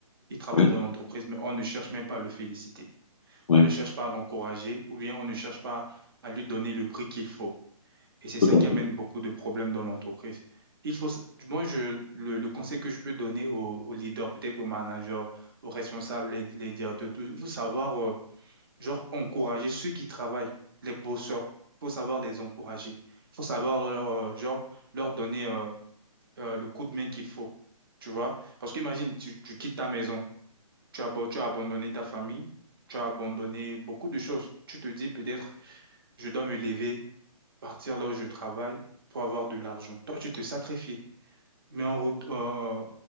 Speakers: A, on the right; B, on the left.
A: Il travaille
B: Oui,
A: dans l'entreprise, mais on ne cherche même pas à le féliciter.
B: oui,
A: On ne cherche pas à l'encourager ou bien on ne cherche pas à lui donner le prix qu'il faut. Et c'est
B: tout
A: ça
B: à
A: qui amène
B: fait.
A: beaucoup de problèmes dans l'entreprise. Il faut, s- moi, je, le, le conseil que je peux donner aux, aux leaders, peut-être aux managers, aux responsables, les, les directeurs, tout, il faut savoir euh, Genre, encourager ceux qui travaillent, les bosseurs. Il faut savoir les encourager. Il faut savoir leur, euh, genre, leur donner euh, euh, le coup de main qu'il faut. Tu vois? Parce qu'imagine, tu, tu quittes ta maison, tu as, abo- tu as abandonné ta famille, tu as abandonné beaucoup de choses. Tu te dis peut-être, je dois me lever, partir là où je travaille pour avoir de l'argent. Toi, tu te sacrifies. Mais en, ret- euh,